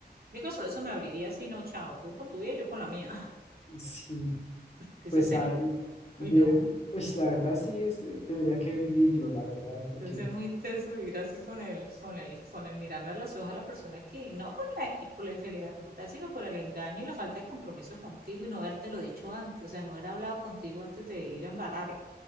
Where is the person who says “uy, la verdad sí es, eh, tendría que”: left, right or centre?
Left